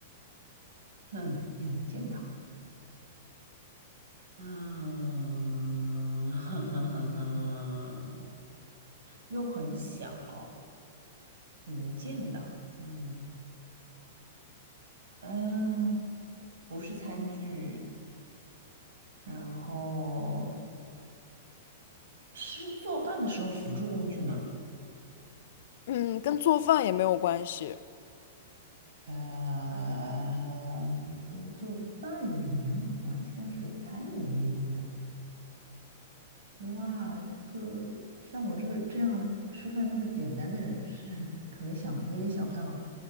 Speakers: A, on the right; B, on the left.
A: 嗯，也能见到。啊，<laughs> 哈哈哈哈，又很小，也能见到。嗯嗯，不是餐具，然后是做饭的时候辅助工具吗？
B: 嗯，跟做饭也没有关系，
A: 呃，跟做饭也没有关系，但是餐饮业用的。哇，这个像我这这样吃饭那么简单的人是可能想有点想不到。